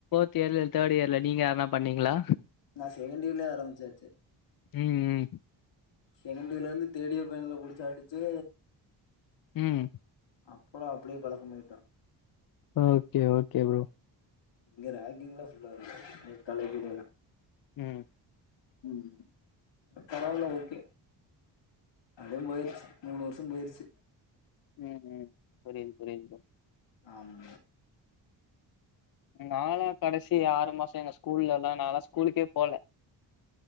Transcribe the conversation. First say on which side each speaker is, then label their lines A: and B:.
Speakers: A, on the left; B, on the left.
A: டியர்ல தேர்ட்டியர்ல நீங்க யாரன்னா பண்ணீங்களா
B: நா செகண்டியர்லயே ஆரம்பச்சாச்சு
A: ம் ம்
B: செகண்டியர்லருந்து தேடியர் பையன்வோல பிடிச்சு அடிச்சு
A: ம்
B: அப்புறோ அப்படியே பழக்க மாயிட்டோ
A: ஓகே ஓகே ப்ரோ
B: இங்க ரேங்கிங்லா ஃபுல்லாகருக்கு எங்க காலேஜிலேலா
A: ம்
B: ம் பரவால்ல ஓகே அதுவு போயிருச்ச மூணு வருஷோ போயிச்சு
A: ம் ம் புரிது புரிது
B: ஆமா
A: நாளா கடைசி ஆறு மாசோ எங்க ஸ்கூல்லெல்லா நாளா ஸ்கூலுக்கே போல